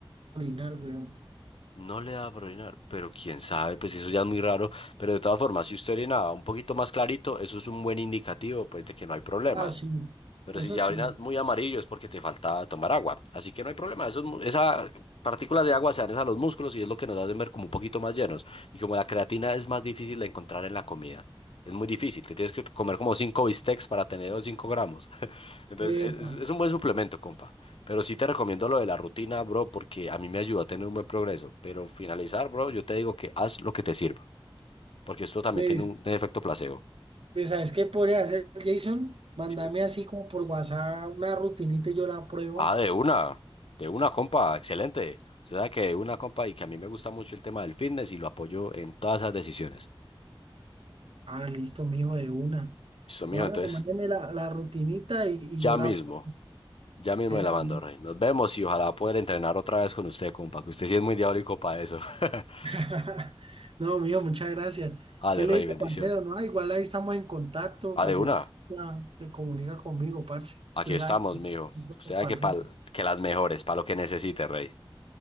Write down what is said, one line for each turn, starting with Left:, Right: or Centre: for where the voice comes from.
Right: orinar, weón.
Left: No le da por orinar, pero quién sabe, pues eso ya es muy raro. Pero de todas formas, si usted orinaba un poquito más clarito, eso es un buen indicativo, pues, de que no hay problemas.
Right: Ah, sí,
Left: Pero
Right: eso
Left: si ya
Right: sí.
Left: orinas muy amarillo es porque te falta tomar agua. Así que no hay problema. Esos mu- esas partículas de agua se dan es a los músculos y es lo que nos hace ver como un poquito más llenos. Y como la creatina es más difícil de encontrar en la comida, es muy difícil. Te tienes que comer como cinco bistecs para tener los 5 gramos. Entonces,
Right: Epa,
Left: es, es- es un buen suplemento, compa. Pero sí te recomiendo lo de la rutina, bro, porque a mí me ayuda a tener un buen progreso. Pero finalizar, bro, yo te digo que haz lo que te sirva, porque esto también
Right: pues,
Left: tiene un, un efecto placebo.
Right: pues, ¿sabes qué podría hacer, Jason? Mándame
Left: Sí.
Right: así como por WhatsApp una rutinita y yo la pruebo.
Left: Ah, de una, de una, compa, excelente. Usted sabe que de una, compa, y que a mí me gusta mucho el tema del fitness y lo apoyo en todas esas decisiones.
Right: Ah, listo, mijo, de una.
Left: Listo, mijo,
Right: No, hágale,
Left: entonces,
Right: mándeme la, la rutinita y, y
Left: ya
Right: yo la
Left: mismo,
Right: pruebo.
Left: ya mismo
Right: Eso.
Left: me la mando, rey. Nos vemos y ojalá poder entrenar otra vez con usted, compa, que usted sí es muy diabólico para eso. <laughs>
Right: <laughs> No, mío, muchas gracias.
Left: Ale,
Right: ¿Qué le
Left: rey,
Right: digo,
Left: bendiciones.
Right: parcero? No, igual ahí estamos en contacto.
Left: Ah,
Right: Cualquier
Left: de una.
Right: cosa se comunica conmigo, parce.
Left: Aquí
Right: Usted
Left: estamos,
Right: sabe,
Left: mijo.
Right: que
Left: Usted sabe
Right: parce.
Left: que, pa'l- que las mejores, para lo que necesite, rey.